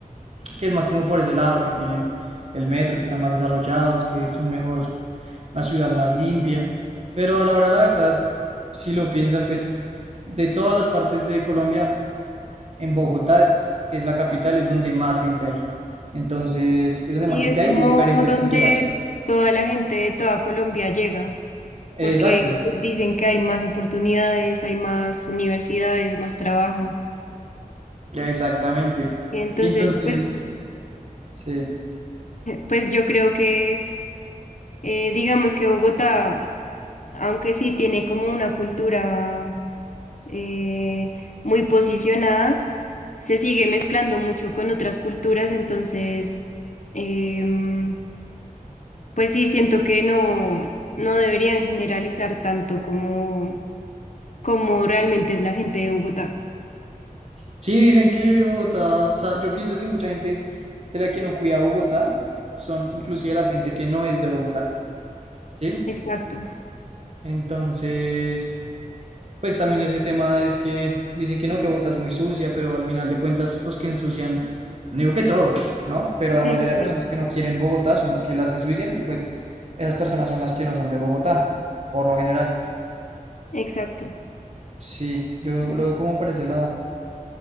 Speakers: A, on the right (about 50°); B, on the left (about 60°).
A: que es más como por ese lado, que tienen el metro, que están más desarrollados, que es un mejor, una ciudad más limpia. Pero a la hora, la verdad, si lo piensan, pues de todas las partes de Colombia, en Bogotá, que es la capital, es donde más gente hay. Entonces, es donde
B: Sí,
A: más gente
B: es
A: hay
B: como
A: de diferentes
B: donde
A: culturas.
B: toda la gente de toda Colombia llega, porque
A: Exacto,
B: pues, dicen que hay más oportunidades, hay más universidades, más trabajo.
A: ya exactamente.
B: Y entonces,
A: Y entonces,
B: pues,
A: sí.
B: pues yo creo que eh, digamos que Bogotá aunque sí tiene como una cultura eh, muy posicionada, se sigue mezclando mucho con otras culturas, entonces, em, pues sí, siento que no, no deberían generalizar tanto como, como realmente es la gente de Bogotá.
A: Sí, dicen que Bogotá, o sea, yo pienso que mucha gente de la que no cuida Bogotá son inclusive la gente que no es de Bogotá, ¿sí?
B: Exacto.
A: Entonces, pues también ese tema es que dicen que no, que Bogotá es muy sucia, pero al final de cuentas los que ensucian, no digo que todos, ¿no? Pero la
B: Sí,
A: mayoría
B: sí, sí,
A: de personas que no quieren Bogotá son las que las ensucian y pues esas personas son las que no son de Bogotá, por lo general.
B: exacto.
A: Sí, yo lo, lo veo como por ese lado.